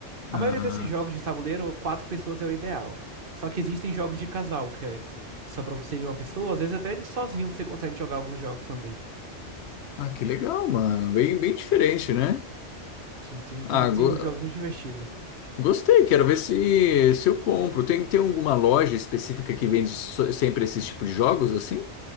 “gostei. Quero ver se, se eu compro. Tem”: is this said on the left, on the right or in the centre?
Left